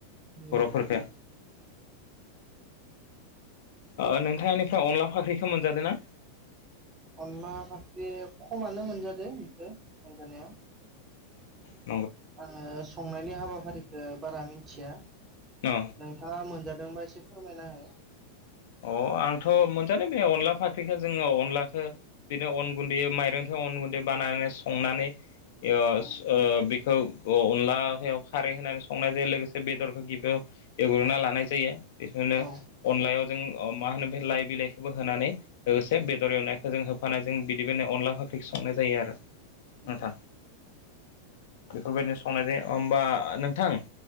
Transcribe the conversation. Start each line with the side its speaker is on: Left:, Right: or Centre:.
Right: नुयो
Left: बर'फोरखौ ओ नोंथांनिफ्राय अनला फाख्रिखौ मोनजादों ना?
Right: अनला फाख्रि खमानो मोनजाद बेखौ मोनजानाया।
Left: औ
Right: आंङो संनायनि हाबाफारिखौ बारा मिथिया
Left: अ
Right: नोंथाङा मोनजादों दोंबा एसे फोरमायना हो?
Left: अ आंथ मोनजानाय बे अनला फाख्रिखौ जोंङो अनलाखौ बिदिनो अन गुन्दै माइरंखौ अन गुन्दै बानायनानै संनानै ओ
Right: उम
Left: ओ बि औ अ अनलाायाव खारै होनानै संनाय जायो लोगोसे बेदरखौ गिबियाव एवग्रोनना लानाय जायो। बिफोरनो
Right: औ
Left: अनलायाव जों अ मा होनो बे लाइ बिलाइखौबो होनानै लोगोसे बेदर
Right: औ
Left: एवनायखौ जों होफानाय जों बिदिबायनो अनला फाख्रिखौ संनाय जायो आरो।
Right: औ
Left: नोंथां बेफोरबायदिनो संनाय जायो ओमबा नोंथां